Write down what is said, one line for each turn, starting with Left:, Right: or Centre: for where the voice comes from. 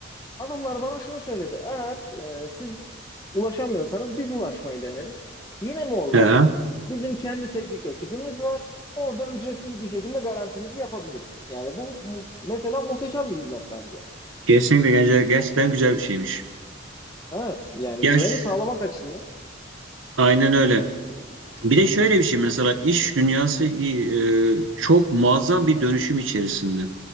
Left: Adamlar bana şunu söyledi. Eğer e, siz ulaşamıyorsanız biz ulaşmayı deneriz. Yine mi olmadı?
Right: Hı hı.
Left: Bizim kendi teknik ekibimiz var. Orada ücretsiz bir şekilde garantinizi yapabiliriz. Yani bu mu- mesela muhteşem bir hizmet bence.
Right: Kesinlikle gerçe- gerçekten güzel bir şeymiş.
Left: Evet, yani
Right: Ya
Left: güveni
Right: ş-
Left: sağlamak açısından.
Right: aynen öyle. Bir de şöyle bir şey mesela iş dünyası e, çok muazzam bir dönüşüm içerisinde.